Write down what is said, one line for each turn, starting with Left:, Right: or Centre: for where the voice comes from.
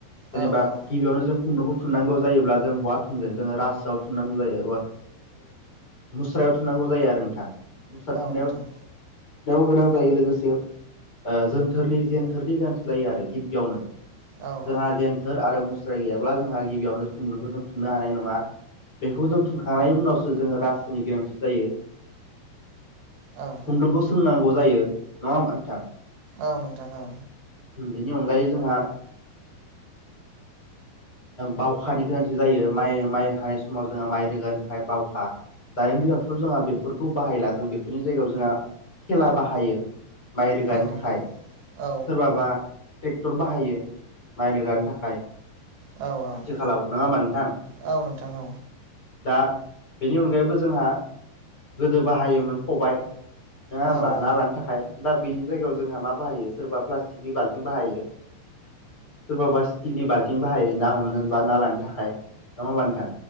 Right: औ
Left: जेनेबा
Right: औ
Left: गिबियावनो जों खुन्दुंखौ थुननांगौ जायोब्ला जों बहा थुनगोन जोंङो रासोआव थुनांगौ जायो ओ मुस्रायाव थुनांगौ जायो आरो नोंथां मुस्रा
Right: औ
Left: थुनायाव
Right: नोंथां
Left: गोनां जायो लोगोसे जोनथोरनि जेनथोरनि गोनांथि जायो आरो गिबियावनो
Right: औ
Left: जोंहा
Right: औ
Left: जेनथोर आरो मुस्रा गैयाब्ला जोंहा गिबियावनो खुंनदुंखौ जों थु थुननो हानाय नंङा। बेखौ जों थुनखांनायनि उनावसो जोंङो रासोनि गोरोन्थि जायो।
Right: औ
Left: खुन्दुंखौ सोंनांगौ जायो नंङा होनबा नोंथां।
Right: औ नोंथां औ
Left: उम बेनि अनगायै जोंहा। बावखानि गोनांथि जायो माइ माइ हानाय समाव जोंङो माइ रोगानो थाखाय बावखा। दानि दिनावथ' जोंहा बेफोरखौ बाहायला जों बेफोरनि जायगायाव जोंहा थेला बाहायो। माय रोगानो
Right: औ
Left: थाखाय
Right: औ
Left: सोरबाबा। ट्रेक्टर बाहायो माइ रोगानो थाखाय।
Right: औ औ
Left: आथिखालाव नंङा होमबा नोंथां।
Right: औ नोंथां औ
Left: दा बेनि अनगायैबो जोंहा गोदो बाहायोमोन खबायाइ नोंङा
Right: औ
Left: होमबा ना
Right: औ
Left: लानो थाखाय दा बेनि जायगायाव जोंहा मा बाहायो। सोरबा प्लास्टिकनि बाल्थिं बाहायो सोरबाबा स्टिलनि बाल्थिं बाहायो। ना हमनो बा ना लानो थाखाय। नङा होमबा नोंथां